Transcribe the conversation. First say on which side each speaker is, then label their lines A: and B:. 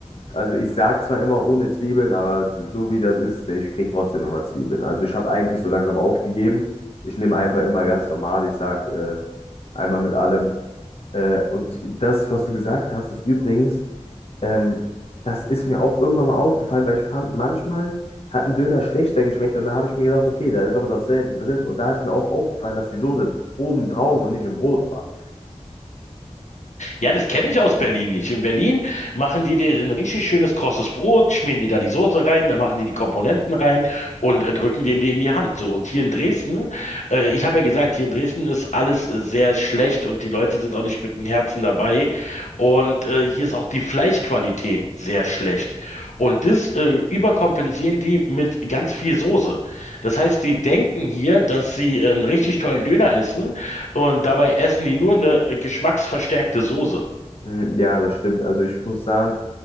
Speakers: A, on the left; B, on the left.
A: also ich sage zwar immer ohne Zwiebeln, aber so wie das ist, ich kriege trotzdem immer Zwiebeln. Also ich habe eigentlich so langsam aufgegeben. Ich nehme einfach immer ganz normal. Ich sage äh, einmal mit allem. Äh, und das, was du gesagt hast, ist übrigens. Ähm, das ist mir auch irgendwann mal aufgefallen, weil ich fand, manchmal hat ein Döner schlechter geschmeckt und da habe ich mir gedacht, okay, da ist aber dasselbe drin und da ist mir auch aufgefallen, dass die Soße oben drauf und nicht im Brot war.
B: Ja, das kenne ich aus Berlin nicht. In Berlin machen die dir ein richtig schönes krosses Brot, schmieren die da die Soße rein, dann machen die die Komponenten rein und äh, drücken denen die in die Hand. So, und hier in Dresden, äh, ich habe ja gesagt, hier in Dresden ist alles äh, sehr schlecht und die Leute sind auch nicht mit dem Herzen dabei. Und äh, hier ist auch die Fleischqualität sehr schlecht. Und das äh, überkompensieren die mit ganz viel Soße. Das heißt, die denken hier, dass sie einen richtig tollen Döner essen und dabei essen die nur eine äh, geschmacksverstärkte Soße.
A: Mm, Ja, das stimmt. Also ich muss sagen,